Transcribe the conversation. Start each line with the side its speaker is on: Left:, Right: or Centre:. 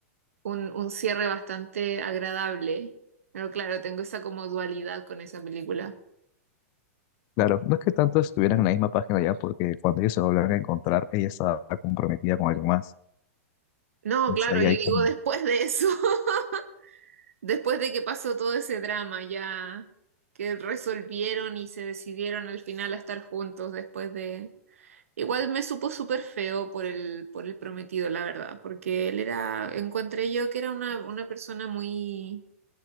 Right: un, un cierre bastante agradable. Pero claro, tengo esa como dualidad con esa película.
Left: Claro, no es que tanto estuvieran en la misma página ya, porque cuando ellos se volvieron a encontrar, ella estaba comprometida con alguien más.
Right: No,
Left: Entonces
Right: claro,
Left: ahí
Right: yo
Left: hay como...
Right: digo después de eso. <laughs> Después de que pasó todo ese drama, ya que resolvieron y se decidieron al final a estar juntos después de... Igual me supo súper feo por el, por el prometido, la verdad, porque él era, encontré yo que era una, una persona muy,